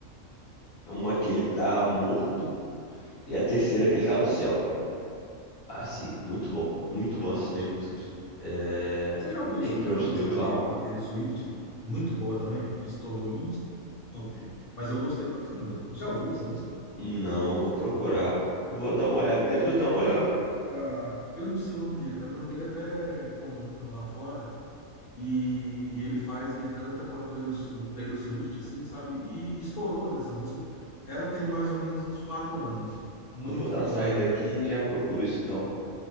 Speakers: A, on the left; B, on the left.
A: uma que ele tá morto, e a terceira que ele tá no céu. Assim, muito bom. Muito bom essas três músicas. É...
B: Você já ouviu?
A: Emperor's
B: Você já ouviu a música
A: New Clown.
B: dele com a Taylor Swift? Muito boa também, que estourou. É uma música Top. Mas eu gostei pra caramba. Já ouviu essa música?
A: Não, vou procurar. Eu vou dar uma olhada.
B: É,
A: Depois eu dou
B: procura,
A: uma olhada.
B: procura. Eu não sei o nome dele, cara. O nome dele é até comum pra lá fora. E, e ele faz, ele canta com a Taylor, Su- Taylor Swift, assim, sabe? E, estourou também essa música. Ela tem mais ou menos uns quatro anos. Muito
A: Eu vou dar
B: boa
A: uma saída
B: também.
A: aqui e já procuro isso então.